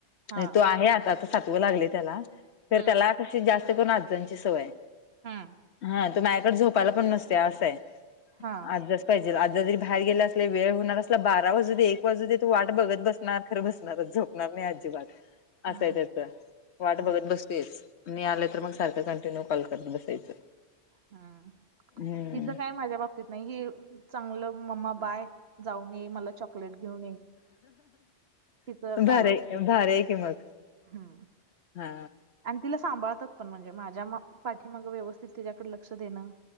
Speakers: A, on the right; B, on the left.
A: हा
B: म्हे तो आहे आ सव लागली त्या
A: हम्म.
B: त्याला अशी जास्त करण आजांची सवय
A: हम्म.
B: हा तू मायाकडे झोपायला पण नसते असंय.
A: हा
B: अ्याच पाहिजे अ बाहेर गेले असले वेळ होणार असला बारा वाजू एक वाजू तू वाट बघत बसणार खरं बसणारच झोपणार नाही अजिबात
A: हम्म.
B: असाय त्याच
A: हम्म.
B: वाट
A: हम्म.
B: बघत बसतेयच मी आलं तर मग सारखं कंटिन्यू कॉल करत बसायचं
A: हम्
B: हम्म
A: हिचं काय माझ्या बाबतीत नाही हि चांगलं मम्मा बाय, जाऊन येे मला चॉकलेट घेऊन ये तिचं चालू
B: भार
A: असतं.
B: भार कि मग
A: हम्म.
B: हा
A: आणि तिला सांभाळतात पण म्हणजे माझ्या पाठी मग व्यवस्थित तिच्याकडे लक्ष देणं.